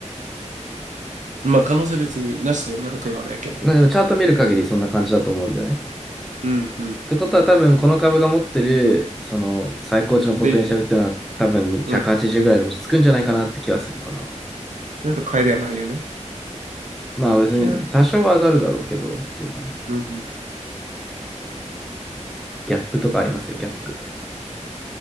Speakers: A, on the right; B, in the centre.
A: まあ、可能性別になしではなくはないけど。
B: なんかチャート見る限りそんな感じだと思うんだよね。
A: うん、うん。
B: てことは多分この株が持ってる、その最高値のポテンシャルっていうのは多分180ぐらいで落ち着くんじゃないかなって気はするかな。
A: で、うん。ちょっと買いではないよね。
B: まあ別に多少は上がるだろうけどっていう感じ。
A: キャップ。うんうん。
B: ギャップとかありますよ、ギャップ。